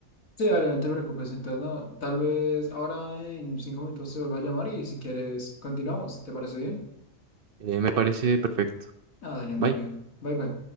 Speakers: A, on the left; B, on the right.
A: Sí, dale, no te preocupes. Entonces, no, tal vez ahora en cinco minutos te vuelvo a llamar y si quieres continuamos. ¿Te parece bien?
B: Eh, me parece perfecto.
A: Ah, dale,
B: Bye.
A: muy bien. Bye, bye.